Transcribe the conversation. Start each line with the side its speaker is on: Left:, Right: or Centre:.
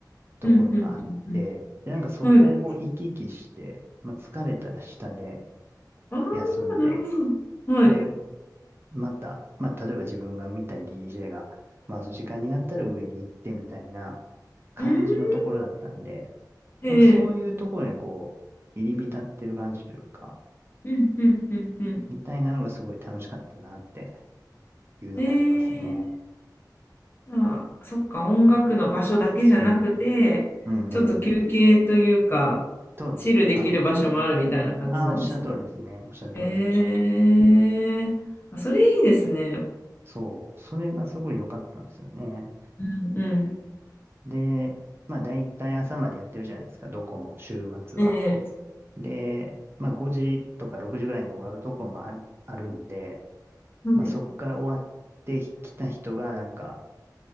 Right: ところがあって、
Left: うんうんうん
Right: で、なんかそこをこう行き来して、
Left: うん。はい。
Right: まあ疲れたら下で
Left: あ
Right: 休んで、
Left: あ、なるほど。はい。
Right: で、また、まあ、例えば自分が見たい DJ が回す時間になったら上に行ってみたいな感じのところだったんで、
Left: うーん。えー。
Right: なんかそういうところにこう、入り浸ってる感じというか、
Left: うんうんうんうん。
Right: みたいなのがすごい楽しかったなっていうのはありますね。
Left: ええまあ、そっか、音楽の場所だけじゃなくて、
Right: うん。うんうん。
Left: ちょっと休憩というか、
Right: そうですね。
Left: チルできる場所もあるみたいな感じなんですね。
Right: ああ、おっしゃる通りですね。おっしゃる通りです。
Left: ええあそれいいですね。
Right: そう。それがすごい良かったんですよね。
Left: うんうん。
Right: で、まあ大体朝までやってるじゃないですか。どこも週末は。
Left: ええ
Right: で、まあ5時とか6時ぐらいに終わるとこもある、あるので、
Left: はい。
Right: まあそっから終わってきた人がなんか